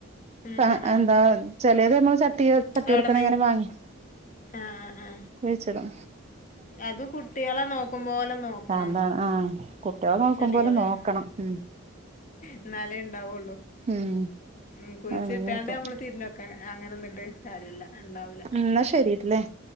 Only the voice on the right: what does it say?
ആഹ്
എന്താ ചെലത് ഞമ്മള് ചട്ടി ചട്ടിയൊടുക്കങ്ങനെ
വാ വാങ്ങി
കുഴിച്ചതാ
അതാ
ആഹ് കുട്ടികളെ നോക്കും
പോലെ നോക്കണം ഉം
ഉം
അങ്ങനെയൊക്കെ
എന്നാ ശരിട്ടല്ലേ